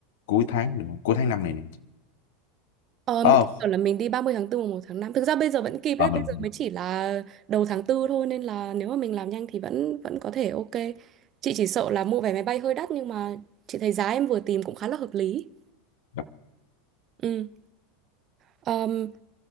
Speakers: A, on the left (about 75°); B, on the right (about 40°).
A: cuối tháng được không? cuối tháng năm này nè
B: Ờ,
A: ờ
B: mình- kiểu là mình đi ba mươi tháng tư mùng một tháng năm Thực ra bây giờ vẫn kịp đấy,
A: ờ, mình
B: bây giờ mới chỉ là đầu tháng tư thôi nên là nếu mà mình làm nhanh thì vẫn vẫn có thể ok. Chị chỉ sợ là mua vé máy bay hơi đắt nhưng mà chị thấy giá em vừa tìm cũng khá là hợp lý.
A: đặt
B: Ừ. Ờm,